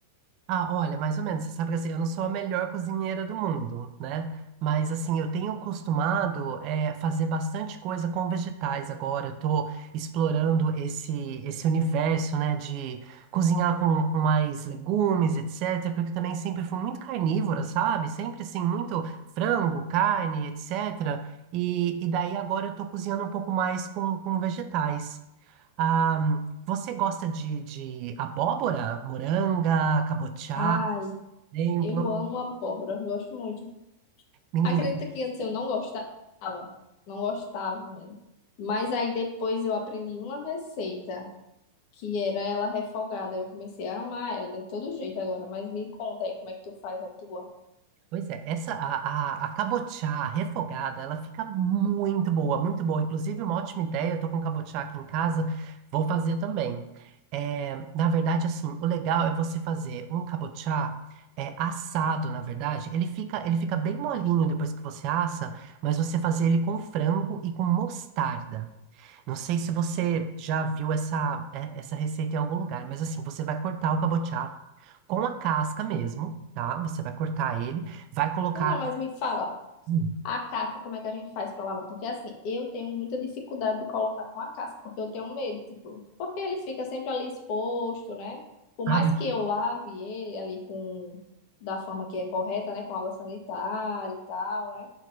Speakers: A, on the right; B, on the left.
A: Ah, olha, mais ou menos. Você sabe que assim, eu não sou a melhor cozinheira do mundo, né? Mas assim, eu tenho acostumado é, fazer bastante coisa com vegetais agora. Eu tô explorando esse esse universo, né, de cozinhar com, com mais legumes, etc. Porque eu também sempre fui muito carnívora, sabe? Sempre assim, muito frango, carne, etc. E, e daí agora eu tô cozinhando um pouco mais com, com vegetais. Ah, você gosta de, de abóbora, moranga, cabotiá,
B: Ai,
A: por exemplo?
B: eu amo abóbora, gosto muito.
A: Menina,
B: Acredita que antes eu não gostava, não gostava mesmo. Mas aí depois eu aprendi uma receita, que era ela refogada. Eu comecei a amar ela de todo jeito agora, mas me conta aí como é que tu faz a tua.
A: pois é, essa a, a, a cabotiá refogada, ela fica muito boa, muito boa. Inclusive, uma ótima ideia, eu tô com cabotiá aqui em casa, vou fazer também. É, na verdade, assim, o legal é você fazer um cabotiá é, assado, na verdade. Ele fica, ele fica bem molinho depois que você assa, mas você fazer ele com frango e com mostarda. Não sei se você já viu essa, é, essa receita em algum lugar, mas assim, você vai cortar o cabotiá com a casca mesmo, tá? Você vai cortar ele, vai colocar.
B: Menina, mas me fala.
A: Hum.
B: A casca, como é que a gente faz pra lavar? Porque assim, eu tenho muita dificuldade de colocar com a casca, porque eu tenho medo, tipo, porque ele fica sempre ali exposto, né? Por
A: Ah,
B: mais que eu lave ele ali com da forma que é correta, né, com água sanitária e tal, né?